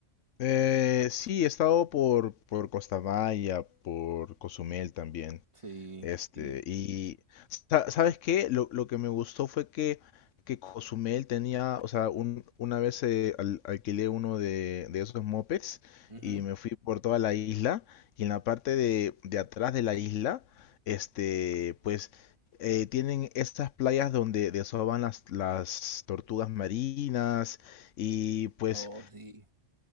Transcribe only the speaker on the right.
Sí,
sí.
Ujú.
Oh, sí.